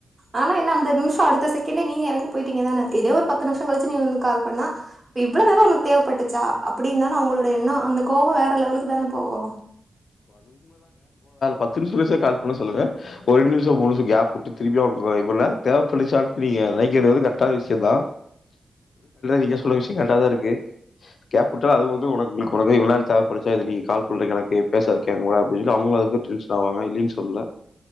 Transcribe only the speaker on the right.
ஆனா என்ன அந்த நிமிஷம் அடுத்த சகேன்ட் கேநே நீ எறங்கி போயிட்டங்க தானே இதே ஒரு பத்து நிமிசம் கழிச்ச நீ வந்து கால் பண் ணா இவ்ளவு நேர உனக்கு தேவைப்பட்டு சல்சா அப்டி இருந்தாலு அவங்களோட எண்ணோ அந்த கோவ வேற லெவலுக்கு தான போவு